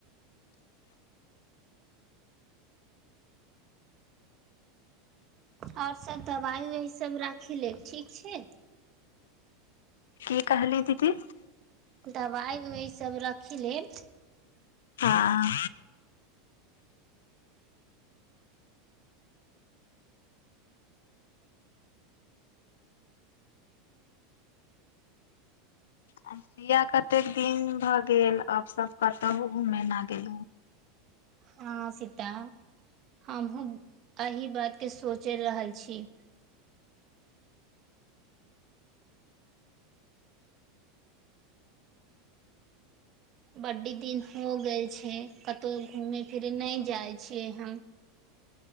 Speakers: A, on the right (about 45°); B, on the left (about 80°).
A: आओर सब दवाइ उवाइ सब राखि लेब ठीक छै
B: की कहली दीदी
A: दवाइ उइ सब राखि लेब
B: हाँ अ सिया कतेक दिन भऽ गेल अब सब कतहु घुमेना गेलु
A: हँ सीता हमहुँ एहि बातके सोचि रहल छी बड्ड दिन हो गेल छै कतहु घूमे फिरे नहि जाय छियै हम